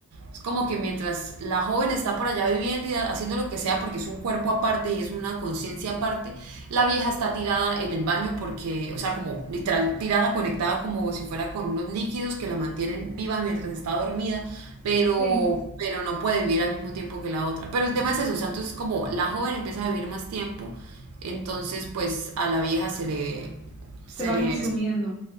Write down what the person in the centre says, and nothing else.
Sí.
se
va
consumiendo.